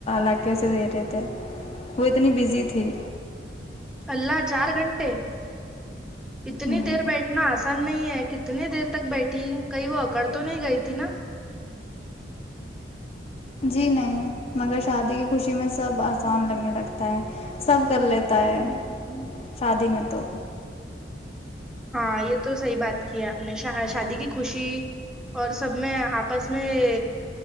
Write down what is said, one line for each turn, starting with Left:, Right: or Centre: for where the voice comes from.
Left: لا کے اسے دے رہے تھے وہ اتنی بزی تھی
Centre: اللہ چار گھنٹے اتنی
Left: ہوں
Centre: دیر بیٹھنا آج پسان نہیں ہے کتنی دیر تک بیٹھی کئی وہ اکڑ تو نہیں گئی تھی نا
Left: جی نہیں مگر شادی خوشی میں سب آسان لگنے لگتا تائیں <unintelligible> سب کر
Centre: ہوں
Left: لیتا ہے
Centre: ہ ہ
Left: شادی میں تو
Centre: ہاں یہ تو صحی بات کیا اپ نے شادی کی خوشی اور سب میں آپس میں